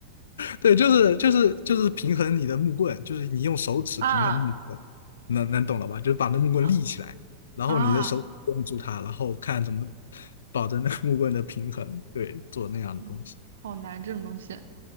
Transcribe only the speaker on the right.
啊
啊
啊，
嗯好难这种东西